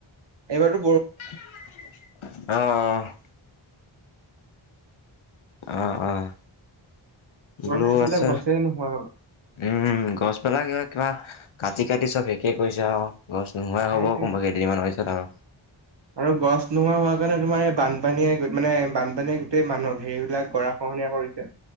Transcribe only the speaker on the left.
অহ অহ। অঁ অঁ। বোলো
আছা
উম গছ পালাগে কিবা। কাটি কাটি চব শেষে কৰিছে আৰু গছ নোহোৱাই
হ'ব কোনোবা কেইদিনমানৰ পিছত আৰু।